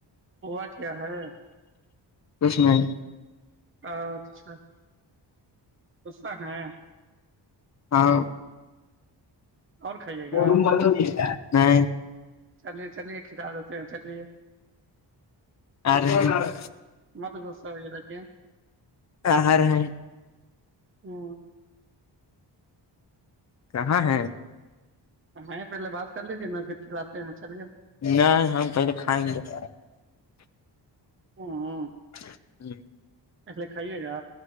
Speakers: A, on the right; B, on the left.
A: ہوا کیا ہے
B: کچھ نہیں
A: اچھا غصہ ہے
B: ہاں
A: اور کھائیے گا
B: <unintelligible> نہیں
A: چلیے چلیے کھلا دیتے ہیں چلیے
B: آ رہے
A: مت دوسا ا کہ
B: <unintelligible>
A: ہوں
B: کہاں ہے
A: ہاں پہلے بات کر لیج تیے میں پھر کھلاتے ہیں چلیے
B: نہیں ہم پہلے کھائیں گے
A: ہمم
B: <inaudible>
A: لکھا ہی ہے گا